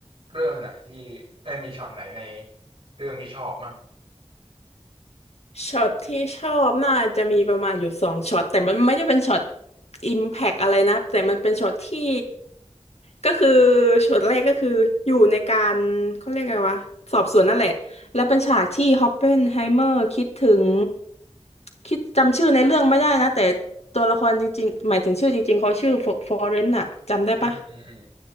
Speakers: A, on the right; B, on the left.
A: เรื่องไหนที่เอ้ยมีช็อตไหนในเรื่องที่ชอบมั่ง
B: ช็อตที่ชอบน่าจะมีประมาณอยู่สองช็อตแต่มันไม่ได้เป็นช็อตอิมแพกอะไรนะแต่มันเป็นช็อตที่ก็คือช็อตแรกก็คืออยู่ในการเขาเรียกไงวะสอบสวนนั่นแหละและเป็นฉากที่ฮอปเปนไฮเมอร์คิดถึงคิดจำชื่อในเรื่องไม่ได้นะแต่ตัวละครจริงๆหมายถึงชื่อจริงๆเขาชื่อฟอเรนต์อะจำได้ปะ
A: อืมอืมอืม